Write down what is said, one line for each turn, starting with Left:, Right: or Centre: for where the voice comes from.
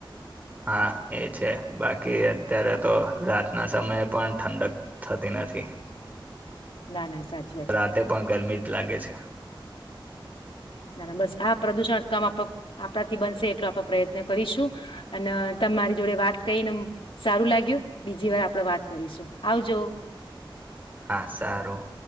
Right: હા એ છે બાકી અત્યારે તો રાતના સમયે પણ ઠંડક થતી નથી.
Left: ના ના સાચી વાત છે.
Right: રાતે પણ ગરમી જ લાગે છે.
Left: ના ના બસ આ પ્રદુષણ અટકાવવા આપ આપણાથી બનશે એટલો આપણે પ્રયત્ન કરીશું અને તમારી જોડે વાત કરીને સારું લાગ્યું બીજી વાર આપણેે વાત કરીશું આવજો
Right: હા સારું